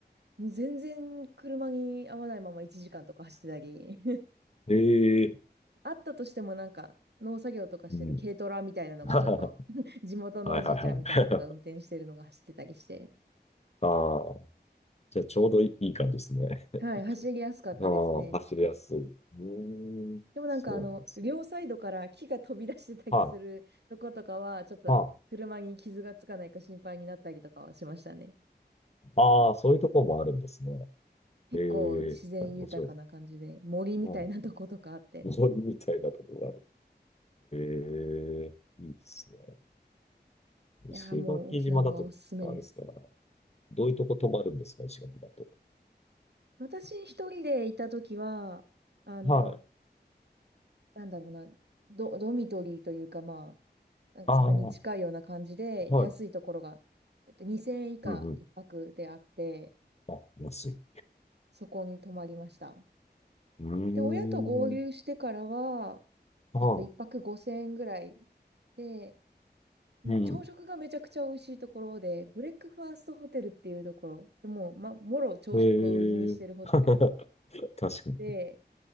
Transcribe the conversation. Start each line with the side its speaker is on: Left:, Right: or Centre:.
Right: 全然車に合わないまま1時間とか走ってたり。
Left: えええ
Right: あったとしてもなんか、農作業とかしてる軽トラみたいなのがちょっと
Left: うん。<laughs>
Right: <laughs> 地元のおじいちゃんみたいなのが運転してるのが走ってたりして、
Left: はいはいはい。<laughs> ああ、じゃあちょうどいいいい感じですね。
Right: はい、走りやすかったですね。
Left: ああ、走りやすい。うーん、
Right: でもなんかあの、
Left: そうなんですね
Right: 両サイドから木が飛び出してたりするとことかは、
Left: はい。
Right: ちょっと車に傷がつかないか心配になったりとかはしましたね。
Left: はい。ああ、そういうところもあるんですね。
Right: 結構自然豊かな感じで、
Left: ええ、面白い。
Right: 森みたいなとことかあって。
Left: うん。森みたいなところがある。ええ、いいですね。石垣島だと、
Right: いやーもう沖縄はおすすめです。
Left: あれですか、どういうとこ泊まるんですか、石垣だと。
Right: 私一人でいたときは、あの、
Left: はい。
Right: なんだろうな、ド、ドミトリーというかまなんかそれに近いような感じで、
Left: ああ、は
Right: 安いところが、
Left: い。
Right: えっと、2000円以下一泊であって、
Left: うんうん。あ、安い。
Right: そこに泊まりました。
Left: うーん。
Right: で、親と合流してからは、
Left: は
Right: えっと、一泊5000円ぐらいで、もう朝食がめちゃくちゃ美味しいところで、
Left: い。うん。
Right: ブレックファーストホテルっていうところ、もう、ま、もろ朝食を売りにしてるホテル
Left: ええ、<laughs> 確かに。
Right: で、